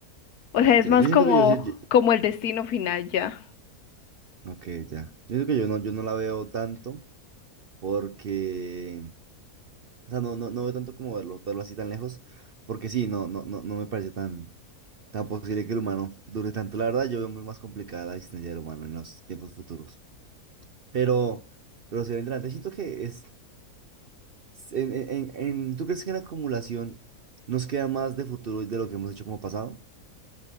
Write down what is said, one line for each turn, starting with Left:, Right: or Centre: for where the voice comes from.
Left: O sea,
Right: Ya,
Left: es más
Right: yo siento
Left: como
Right: que yo, sí- yo-
Left: como el destino final ya.
Right: ok, ya. Yo siento que yo no, yo no la veo tanto porque, o sea, no, no, no veo tanto como verlo, verlo así tan lejos, porque sí, no, no, no, no me parece tan tan posible que el humano dure tanto. La verdad, yo veo muy más complicada la existencia del humano en los tiempos futuros. Pero, pero si adelante, siento que es, en, en, en- en- ¿tú crees que en acumulación nos queda más de futuro de lo que hemos hecho como pasado?